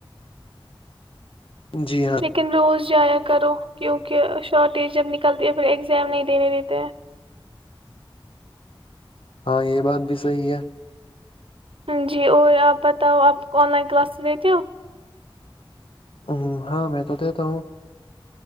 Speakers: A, on the left; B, on the right.
A: جی ہاں
B: لیکن روز جایا کرو کیونکہ شارٹیج جب نکلتی ہے پھر ایگزام نہیں دینے دیتے ہیں
A: ہاں یہ بات بھی صحی ہے
B: جی اور آپ بتاؤ آپ آن لائن کلاسز لیتے ہو
A: ہ ہاں میں تو دیتا ہوں